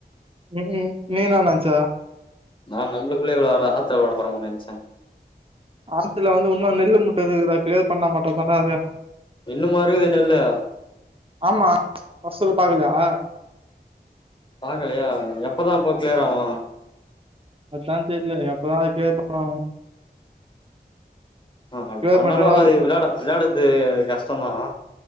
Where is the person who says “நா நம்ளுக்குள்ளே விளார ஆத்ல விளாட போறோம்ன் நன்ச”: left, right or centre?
Left